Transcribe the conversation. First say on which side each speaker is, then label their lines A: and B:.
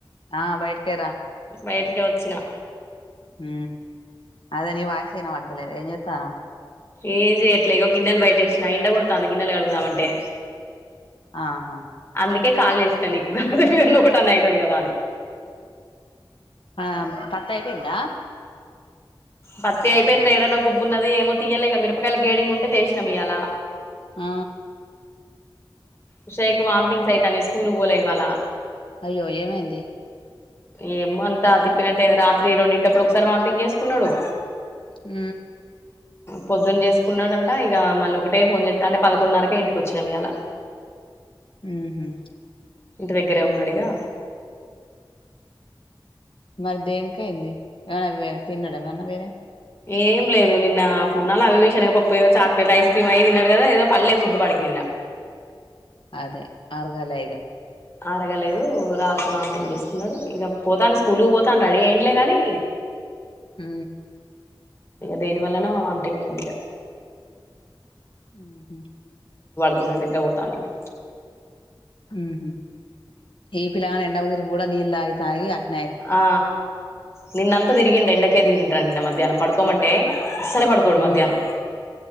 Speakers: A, on the left (about 75°); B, on the left (about 30°).
A: ఆ బయటికెర
B: బయటికి వోచ్చిన
A: హ అదే నీ వాయిస్ ఇన వాడుతలే ఏం చెత్తనావు
B: ఏం చేయట్లే ఇగో గిన్నెలు బయట వేసినా ఎండ కొడుతాంది గిన్నెలు కడుగుదామంటే
A: ఆహా
B: నీకే కాల్ చేసిన నీకు ఏది అన్నా ఒకటి ఐతది కదా అని
A: ఆ పత్తా అయ్యిపోయిందా
B: పత్తి అయిపోయింది ఏడాన్న గుబ్బు ఉన్నది ఏమో తీయ్యలేగా మిరపకాయలు గేడింగ్ ఉంటే చేసినాం ఇయ్యల
A: ఆ
B: ఉష్ అయ్యా కు వామిటింగ్స్ అయ్యితనాయ్ స్కూల్ వోలె ఇవ్వాల
A: అయ్యో ఏమైంది
B: ఏమో అంతా తిప్పినట్టయింది రాత్రి రెండింటప్పుడు ఒకసారి వాంటింగ్ చేసుకున్నాడు
A: ఉ
B: పొద్దున్న చేసుకున్నాడంట ఇగ మళ్ళీ ఒకటే ఫోన్ చేత్త అంటే పదకొండున్నరకే ఇంటికి వచ్చినం ఇయ్యల
A: ఉహు
B: ఇంటి దగ్గరే ఉన్నాడుగా
A: మరి దేనికి అయింది ఏమనా వె తిన్నాడ అవన్నా వేరే
B: ఏం లేదు నిన్న పూల్లనా అభీ శనగ పప్పు ఏదో చాక్లెట్లు ఐస్ క్రీమ్ అవి తిన్నాడు కదా ఏదో పల్లె ఫుడ్ వాడికి నిన్న
A: అదే అరుగలే ఇగ
B: ఆరగలేదు రాత్రి వాంథింగ్ చేసుకున్నాడు ఇంగ పోతండు స్కూల్ పోతండు రెడీ అయినలే గాని
A: ఉ
B: దేని వల్లనో వాంటింగ్ అయింది ఇగా
A: ఉహు
B: కున్నా నిద్రపోతాండు ఇగ
A: ఉహ్ ఇ పిల్లగాన్ ఎండకు తిరు కూడా నీళ్లు తాగి తాగి అట్
B: ఆ నిన్న అంత తిరిగిండు ఎండకే తిరిగిండు రా నిన్న మధ్యాహ్నం పడుకోమంటే అస్సలే పడుకోడు
A: ఉ
B: మధ్యాహ్నం